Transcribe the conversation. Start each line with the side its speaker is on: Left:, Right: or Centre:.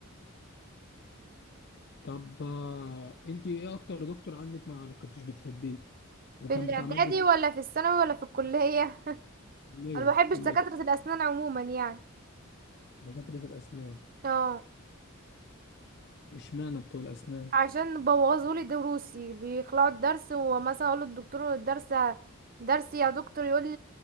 Left: طب آه، انت ايه اكتر دكتور عندك ما كنتش بتحبيه وكان
Right: في الاعدادي
Left: بتاع مادة
Right: ولا في الثانوي ولا في الكلية
Left: كلية
Right: انا ما
Left: في
Right: بحبش
Left: كلية
Right: دكاترة الاسنان عموما يعني
Left: دكاترة الأسنان
Right: اه
Left: اشمعنى بتوع الأسنان
Right: عشان بوظوا لي دروسي بيخلعوا الدرس ومثلا اقول للدكتور الدرس درسي يا دكتور يقول لي